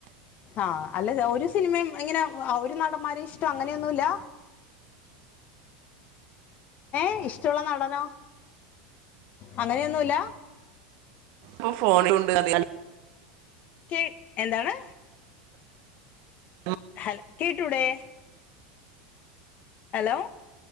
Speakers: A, on the left; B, on the right.
A: ആഹ് അല്ലത് ഒരു സിനിമിം ഇങ്ങനെ വ ഒര് നടമാരിഷ്ട്യ അങ്ങനെന്നുല്ല ഏയ് ഇഷ്റ്റള്ള നടനോ അങ്ങനെന്നുല്ല
B: പ ഫോൺലുണ്ട് അതാണ്
A: ക്കെഎന്താണ്
B: <inaudible>
A: ഹല് കേട്ടുടെ അലോ